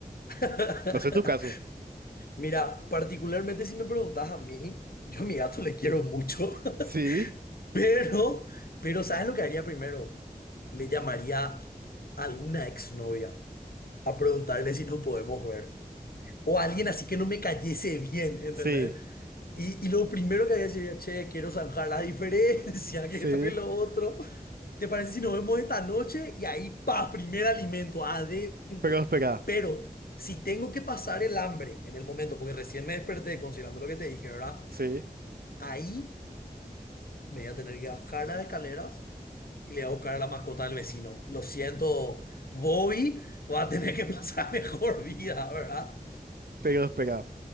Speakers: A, on the left; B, on the right.
A: <laughs>
B: No sé tu caso.
A: Mira, particularmente si me preguntas a mí, yo a mi gato le quiero mucho,
B: Sí,
A: <laughs> pero, pero ¿sabes lo que haría primero? Le llamaría a alguna exnovia a preguntarle si nos podemos ver. O a alguien así que no me cayese bien, ¿entendés?
B: sí,
A: Y, y lo primero que haría sería, che, quiero zanjar la diferencia,
B: sí,
A: <laughs> que esto que lo otro. ¿Te parece si nos vemos esta noche? Y ahí, pa, primer alimento, adentro.
B: pero espera,
A: Pero si tengo que pasar el hambre en el momento, porque recién me desperté considerando lo que te dije, ¿verdad?
B: sí,
A: Ahí me voy a tener que bajar las escaleras y le voy a buscar a la mascota del vecino. Lo siento, Bobby va a tener que pasar <laughs> mejor vida, ¿verdad?
B: pero espera.